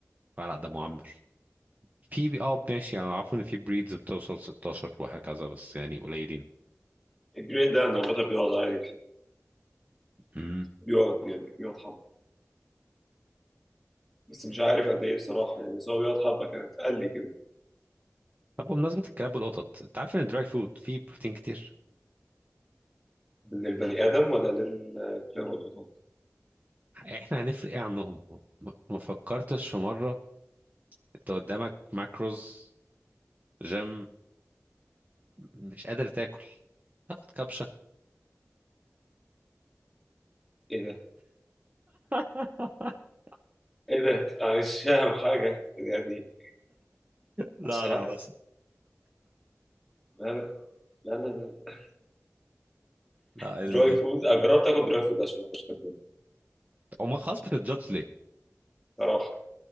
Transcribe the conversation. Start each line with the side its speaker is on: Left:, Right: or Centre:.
Right: لا ده معمر في بي- اه ماشي يعني عارف ان في بريدز بتوصل 16 وهكذا بس يعني قليلين
Centre: الجريد ده أنا عامة بيقعد عادي
Right: امم
Centre: بيقعد يعني بيقعد حبة بس مش عارف قد إيه بصراحة يعني بس هو بيقعد حبة كانت قال لي كده
Right: طب بمناسبة الكلاب والقطط انت عارف ان الدراي فود فيه بروتين كتير
Centre: للبني آدم ولا للكلاب والقطط
Right: احنا هنفرق ايه عنهم ما ما فكرتش في مرة انت قدامك ماكروز جيم مش قادر تاكل تاخد كبشة
Centre: إيه ده؟
Right: <laughs>
Centre: إيه ده؟ أنا مش فاهم حاجة يعني
Right: لا
Centre: مش عارف.
Right: لا بس
Centre: لا لا لا لا لا
Right: لا
Centre: دراي
Right: ال...
Centre: فود أنا جربت آكل دراي فود عشان ما أبقاش كداب
Right: او خلاص بتتجادج ليه
Centre: صراحة